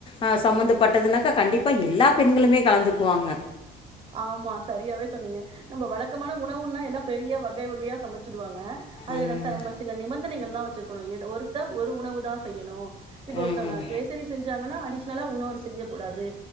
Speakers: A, on the left; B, on the right.
A: அ சம்பந்தப்பட்டதுனாக்க கண்டிப்பா எல்லா பெண்களுமே கலந்துக்குவாங்க.
B: ஆமா. சரியாவே சொன்னீங்க. நம்ம வழக்கமான உணவுன்னா எல்லா பெரிய வகை வகையா சமச்சுடுவாங்க. அதுல
A: ம்
B: நம்ப சில நிபந்தனைகள் எல்லா வச்சிருக்கணு ஒருக்க ஒரு உணவு தான் செய்யணு இப்ப ஒருத்தவுங்க
A: ம்
B: கேசரி செஞ்சாங்கன்னா அடிஷ்னலா உன்னொரு செய்ய கூடாது.